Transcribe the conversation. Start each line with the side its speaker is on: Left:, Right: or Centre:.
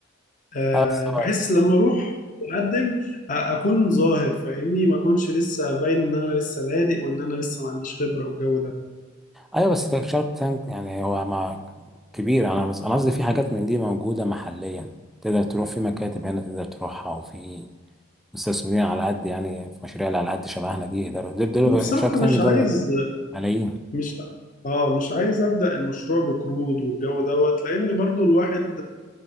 Left: آه،
Centre: آه، بس هو
Left: بحس لما اروح اقدم اكون ظاهر فاهمني ما اكونش لسه باين ان انا لسه بادئ وان انا لسه ما عنديش خبرة والجو ده
Centre: ايوه بس شارك تانك يعني هو ما كبير انا بس انا قصدي في حاجات من دي موجوده محليا تقدر تروح في مكاتب هنا تقدر تروحها وفي مستثمرين على قد يعني في مشاريع اللي على قد شبهنا دي يقدروا دول دول
Left: وبصراحة
Centre: شارك تانك
Left: مش
Centre: دول
Left: عايز
Centre: ملايين
Left: مش اه مش عايز ابدا المشروع بقروض والجو دوت لان برضو الواحد